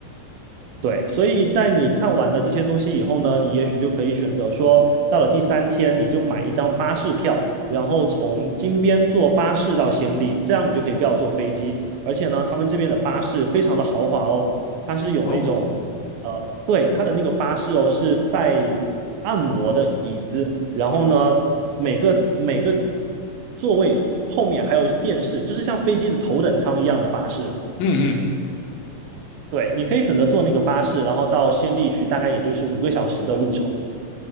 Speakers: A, on the right (about 75°); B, on the left (about 75°).
A: 对，所以在你看完了这些东西以后呢，你也许就可以选择说，到了第三天你就买一张巴士票，然后从金边坐巴士到暹粒，这样你就可以不要坐飞机。而且呢，他们这边的巴士非常的豪华哦，它是有那种，
B: 哦，
A: 呃，对，它的那个巴士哦是带按摩的椅子，然后呢，每个每个座位后面还有电视，就是像飞机的头等舱一样的巴士。
B: 嗯嗯，
A: 对，你可以选择坐那个巴士，然后到仙丽去，大概也就是五个小时的路程。